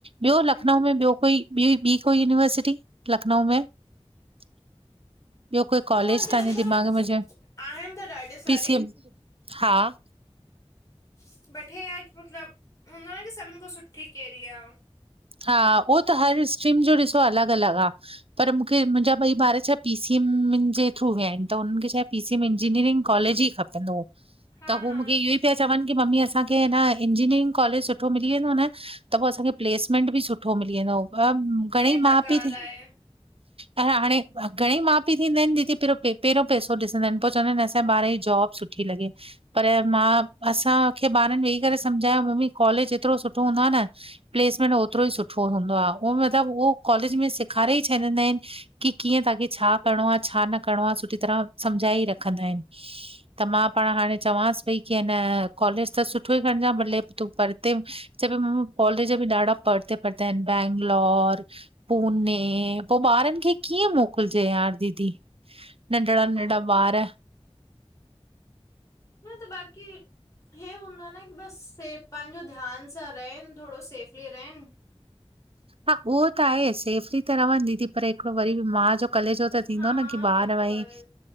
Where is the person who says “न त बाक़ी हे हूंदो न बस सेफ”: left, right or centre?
Left